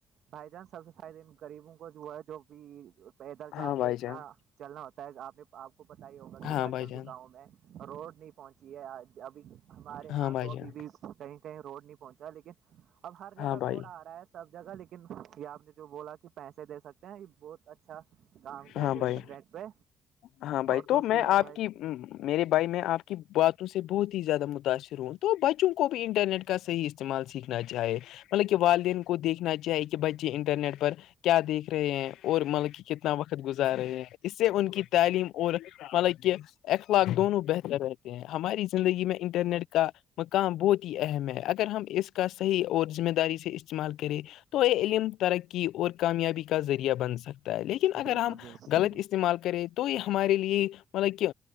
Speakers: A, on the right; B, on the left.
A: بھائی جان سب سے فائدے غریبوں کو ہوا ہے جو بھی پیدل
B: ہاں
A: جا
B: بھائی
A: کے اتنا
B: جان
A: چلنا ہوتا ہے آپ نے آپ کو پتا ہی ہوگا کہ
B: ہاں
A: آج
B: بھائی
A: کل
B: جان
A: جو گاؤں میں روڈ نہیں پہنچی ہے ابھی ہمارے
B: ہاں
A: یہاں
B: بھائی
A: تو ابھی
B: جان
A: بھی کہیں کہیں روڈ نہیں پہنچا لیکن اب ہر جگہ
B: ہاں بھائی
A: روڈ آ رہا ہے سب جگہ لیکن آپ نے جو بولا کہ پیسے دے سکتے ہیں یہ بہت اچھا کام کیا
B: ہاں
A: جو
B: بھائی
A: انٹرنیٹ پہ
B: ہاں بھائی
A: اور
B: تو
A: دوسری
B: میں
A: بات
B: آپ
A: بھائی
B: کی میرے بھائی میں آپ کی ب سے بہت ہی زیادہ متاثر ہوں تو بچوں کو بھی انٹرنیٹ کا صحیح استعمال سیکھنا چاہے مطلب کہ والدین کو دیکھنا چاہی کہ بچے انٹرنیٹ پر کیا دیکھ رہے ہیں اور مطلب کہ کتنا وقت گزار رہے ہیں اس سے ان کی تعلیم اور مطلب کہ اخلاق دونوں بہتر رہتے ہیں ہماری زندگی میں انٹرنیٹ کا مقام بہت ہی اہم ہے اگر ہم اس کا صحیح اور ذمہ داری سے استعمال کرے تو یہ علم ترقی کی اور کامیابی کا ذریعہ بن سکتا ہے لیکن اگر
A: بالکل
B: ہم
A: بالکل
B: غلط استعمال کریں تو یہ ہمارے لیے مطلب کہ